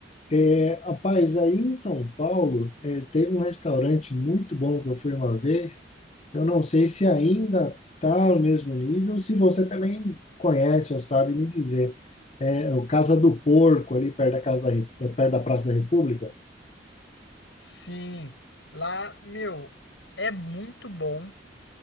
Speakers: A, on the left; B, on the left.
A: É, rapaz, aí em São Paulo, é, teve um restaurante muito bom que eu fui uma vez. Eu não sei se ainda tá no mesmo nível, se você também conhece ou sabe me dizer. É, o Casa do Porco, ali perto da, Casa da, Re- perto da Praça da República.
B: Sim, lá, meu, é muito bom.